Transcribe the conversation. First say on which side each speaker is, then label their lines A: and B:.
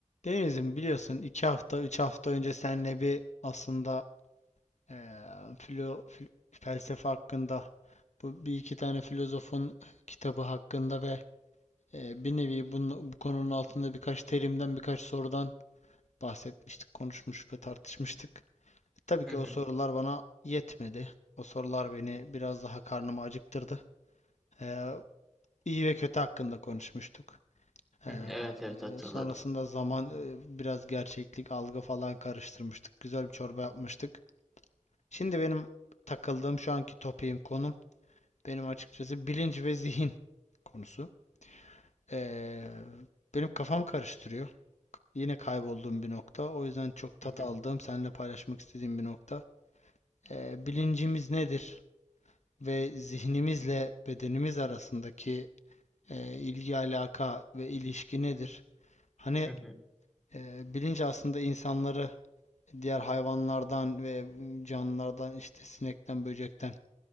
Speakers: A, on the left; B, in the centre.
A: Deniz'im biliyorsun iki hafta, üç hafta önce seninle bir aslında eee filo, fil- felsefe hakkında bu bir iki tane filozofun kitabı hakkında ve eee, bir nevi bunun, bu konunun altında birkaç terimden birkaç sorudan bahsetmiştik, konuşmuş ve tartışmıştık. E, Tabii
B: Hı
A: ki
B: hı.
A: o sorular bana yetmedi. O sorular beni biraz daha karnımı acıktırdı. Eee iyi ve kötü hakkında konuşmuştuk.
B: Hı
A: Ee,
B: hı. Evet evet hatırladım.
A: sonrasında zaman e, biraz gerçeklik algı falan karıştırmıştık. Güzel bir çorba yapmıştık. Şimdi benim takıldığım şu anki topiğim konum benim açıkçası bilinç ve zihin <laughs> konusu. Ee, benim kafamı karıştırıyor. Yine kaybolduğum bir nokta. O yüzden çok tat
B: Hı hı.
A: aldığım, seninle paylaşmak istediğim bir nokta. Ee, bilincimiz nedir? Ve zihnimizle bedenimiz arasındaki e, ilgi alaka ve ilişki nedir? Hani
B: Hı hı.
A: e, bilinç aslında insanları diğer hayvanlardan ve canlılardan işte sinekten, böcekten,